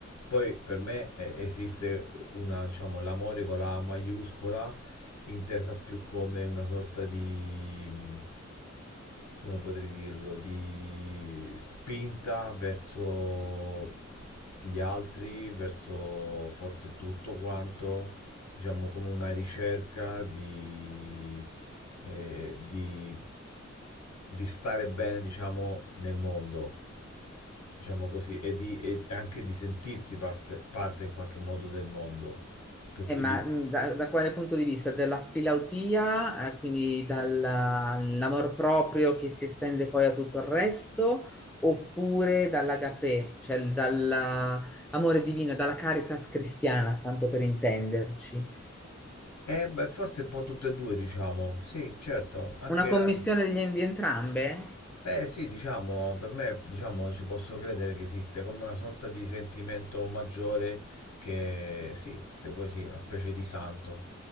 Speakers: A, on the left; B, in the centre.
A: Poi per me eh, esiste una, diciamo, l'amore con la A maiuscola intesa più come una sorta di, mh, come potrei dirlo, di spinta verso gli altri, verso forse tutto quanto, diciamo come una ricerca di, eh, di, di stare bene, diciamo, nel mondo diciamo così, e, di, e anche di sentirsi parse- parte in qualche modo del mondo, per
B: Eh,
A: cui
B: ma
A: di
B: mh, da, da quale punto di vista? Dalla filautia, eh, quindi dall'amor proprio che si estende poi a tutto il resto, oppure dall'agapè, cioè il- dall'amore divino, dalla caritas cristiana, tanto per intenderci.
A: Eh, beh, forse un po' tutte e due, diciamo. Sì, certo, anche
B: Una commissione
A: eh,
B: degli- di entrambe?
A: Beh, sì, diciamo, per me, diciamo, ci posso credere che esiste come una sorta di sentimento maggiore che, sì, se vuoi sì, una specie di santo,